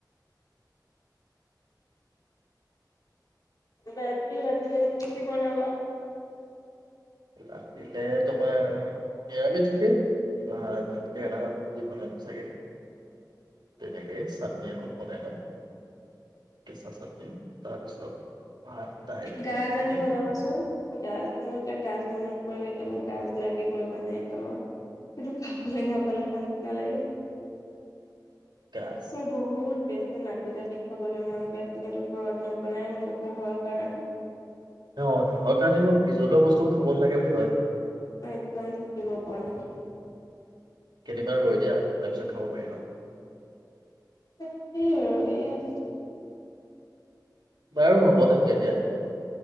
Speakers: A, on the left (about 55°); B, on the right (about 75°).
A: বাইক কি ৰাটিলে কি বনাবা?
B: ৰাতিলে তোমাৰ নিৰামিষকে কিবা ভাতকে এ ভাজি বনাম চাগে, তেনেকেই চাটনি এখন বনাই লম কেঁচা চাটনি তাৰপিছত ভাত দাইল
A: গাজ
B: তেনেকে
A: আনি বনাবাচোন,
B: আৰু
A: গাজ মোৰতিয়া গাজ মনত এতিয়া মোৰ গাজ লাগিবই মানে এতিয়া খাবলৈ নাপালে শান্তি নালাগে
B: গাজ
A: ম বহুত বে মাটি দালি খাবলৈ মন গৈ আছে কিন্তু ঘৰত ন- বনাই মোৰ কাহৰ কাৰনে
B: অ কাহৰ কাৰণেই বিজলুৱা বস্তুবোৰ খাব নালাগে বুলি কয়
A: একদম থাকিব পৰা নাই
B: কেইদিনমান ৰৈ দিয়া, তাৰ পিছত খাব পাৰিবা
A: তাকেই আৰু এয়া
B: বাৰু হ'ব তেন্তে এতিয়া